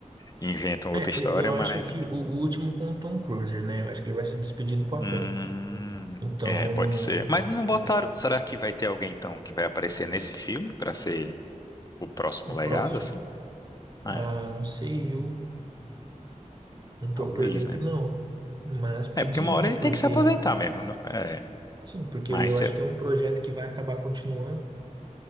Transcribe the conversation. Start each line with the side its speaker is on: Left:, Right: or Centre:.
Left: inventam
Right: É,
Left: outra história,
Right: eu, eu
Left: mas.
Right: acho que o, o último com o Tom Cruise, né? Eu acho que ele vai se despedir do papel.
Left: Hum,
Right: Então,
Left: é, pode ser. Mas não botaram.
Right: é,
Left: Será que vai ter alguém então que vai aparecer nesse filme pra ser o próximo
Right: o
Left: legado,
Right: próximo?
Left: assim?
Right: Ah,
Left: É,
Right: não sei, viu? Não tô
Left: talvez,
Right: por dentro,
Left: né?
Right: não. Mas podia,
Left: É, porque uma hora
Right: né?
Left: ele
Right: Porque,
Left: tem que se aposentar mesmo. não- É,
Right: sim, porque
Left: mas
Right: eu acho
Left: é
Right: que é um projeto que vai acabar continuando.